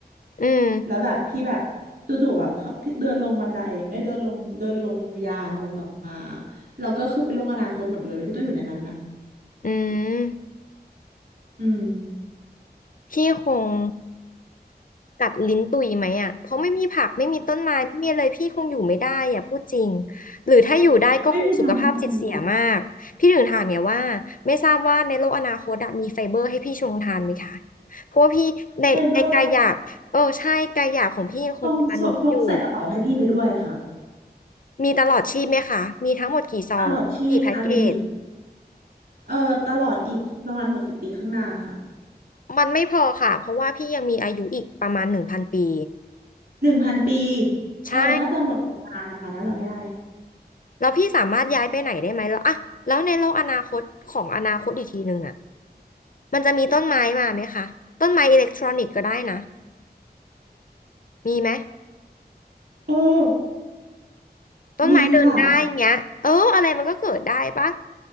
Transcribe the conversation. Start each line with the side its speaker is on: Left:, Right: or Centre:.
Left: อืม
Right: แล้วแบบพี่แบบจู่ๆแบบพี่เดินลงบันไดเอ้ยเดินลงเดินลงยานลงมาแล้วก็คือเป็นโลกอนาคตหมดเลยแล้วพี่ต้องอยู่ในนั้นน่ะ
Left: อืม
Right: อืม
Left: พี่คงกัดลิ้นตุยไหมอ่ะเพราะไม่มีผักไม่มีต้นไม้ไม่มีอะไรพี่คงอยู่ไม่ได้อ่ะพูดจริงหรือถ้าอยู่ได้ก็คงสุขภาพจิตเสียมากพี่ถึงถามเนี่ยว่าไม่ทราบว่าในโลกอนาคตอะมีไฟเบอร์ให้พี่ชงทานไหมคะ
Right: ไม่มีธรรมชาติเลย
Left: เพราะว่าพี่ในในกายหยาบเออใช่กายหยาบของพี่ยังคงเป็นมนุษย์อยู่
Right: ไฟเบอร์ต้องพกใส่กระเป๋าให้พี่ไปด้วยค่ะ
Left: มีตลอดชีพไหมคะมีทั้งหมดกี่ซองกี่แพ็กเกจ
Right: ตลอดชีพอันลิมิตเออตลอดอีกประมาณหกสิบปีข้างหน้าค่ะ
Left: มันไม่พอค่ะเพราะว่าพี่ยังมีอายุอีกประมาณหนึ่งพันปี
Right: หนึ่งพันปีเออน่าจะหมดประมาณนะคะน่าจะไม่ได้
Left: ใช่ แล้วพี่สามารถย้ายไปไหนได้ไหมแล้วอะแล้วในโลกอนาคตของอนาคตอีกทีหนึ่งอะมันจะมีต้นไม้มาไหมคะต้นไม้อิเล็กทรอนิกส์ก็ได้นะมีไหม
Right: เออ
Left: ต้นไม้เดินได้เงี้ยเอออะไรมันก็เกิดได้ปะ
Right: มีค่ะ